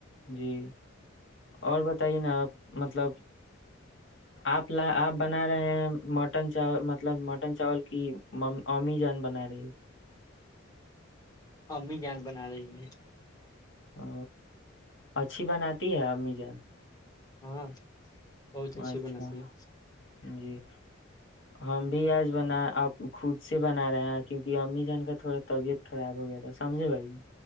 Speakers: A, on the left; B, on the left.
A: جی اور بتائیے نا آپ مطلب آپ آپ بنا رہے ہیں مٹن چاول مطلب مٹن چاول کی امی جان بنا رہی ہے
B: امی جان بنا رہی ہیں
A: ا اچھی بناتی ہے امی جان
B: ہاں <unintelligible> بہت اچھے
A: اچھا
B: بناتے ہیں
A: جی ہم بھی آج بنا خود سے بنا رہے ہیں کیونکہ امی جان کا تھوڑا طبیعت خراب ہو گیا تھا سمجھے بھائی